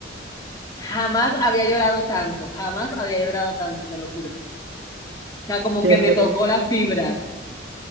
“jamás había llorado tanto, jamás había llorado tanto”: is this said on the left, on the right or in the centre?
Left